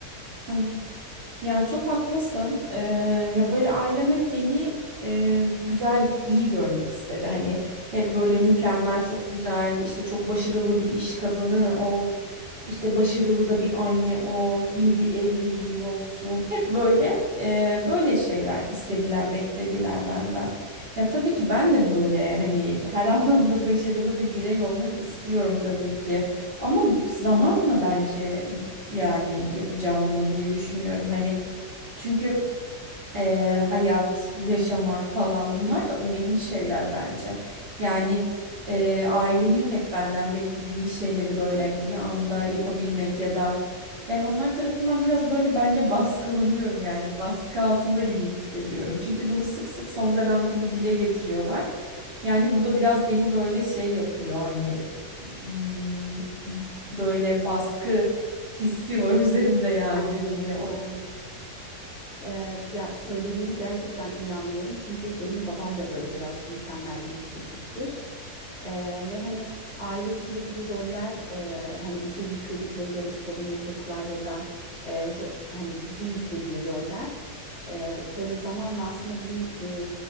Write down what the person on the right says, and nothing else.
Evet. Ya çok haklısın. Ee, ya böyle ailem hep beni e, güzel, iyi görmek istedi. Hani hep böyle mükemmel, çok güzel, işte çok başarılı bir iş kadını ol, işte başarılı da bir anne ol, iyi bir evliliğin olsun. Hep böyle e, böyle şeyler istediler, beklediler benden. Ya tabii ki ben de böyle hani her <laughs> anlamda başarılı bir birey olmak istiyorum tabii ki. Ama zamanla bence yani yapacağım bunu diye düşünüyorum. Hani çünkü eee, hayat, yaşamak falan bunlar da önemli şeyler bence. Yani eee, ailemin hep benden beklediği şeyleri böyle hani bir anda yapabilmek ya da yani onlar tarafından biraz böyle bence baskılanıyorum yani baskı altında gibi hissediyorum. Çünkü bunu sık sık son dönemde de dile getiriyorlar. Yani bu da biraz beni böyle şey yapıyor hani hmm, böyle baskı hissi var <laughs> üzerimde yani
hani o.